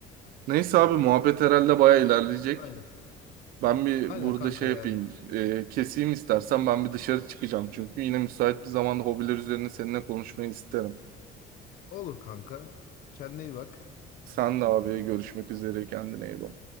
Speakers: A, on the right; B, on the left.
A: Neyse abi
B: Ee,
A: muhabbet herhalde baya ilerleyecek.
B: aynen.
A: Ben bir
B: Aynen
A: burada
B: kanka
A: şey
B: yani.
A: yapayım. e, keseyim istersen ben bir dışarı çıkacağım. Çünkü yine müsait bir zamanda hobiler üzerine seninle konuşmayı isterim.
B: Olur kanka. Kendine iyi bak.
A: Sen de abi görüşmek üzere kendine iyi bak.